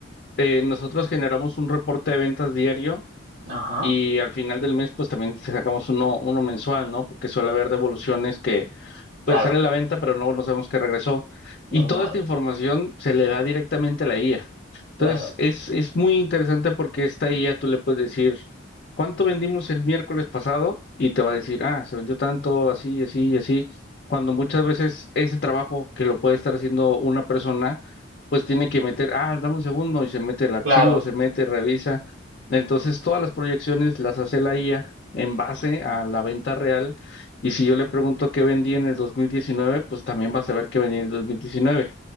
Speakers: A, on the left; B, on the right.
A: eh, nosotros generamos un reporte de ventas diario
B: Ajá,
A: y al final del mes pues también sacamos uno, uno mensual, ¿no? Porque suele haber devoluciones que pues
B: claro,
A: sale a la venta, pero no, no sabemos qué regresó. Y
B: normal,
A: toda esta información se le da directamente a la IA. Entonces,
B: claro,
A: es, es muy interesante porque esta IA tú le puedes decir, ¿cuánto vendimos el miércoles pasado? Y te va a decir, ah, se vendió tanto, así, así y así. Cuando muchas veces ese trabajo que lo puede estar haciendo una persona, pues tiene que meter, ah, dame un segundo y se mete el archivo,
B: claro.
A: se mete, revisa. Entonces, todas las proyecciones las hace la IA en base a la venta real y si yo le pregunto qué vendí en el 2019, pues también vas a ver qué vendí en el 2019.